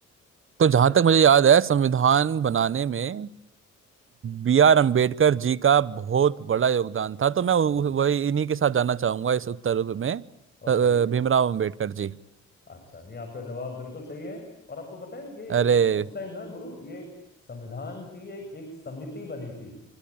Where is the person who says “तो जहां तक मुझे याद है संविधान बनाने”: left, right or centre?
Right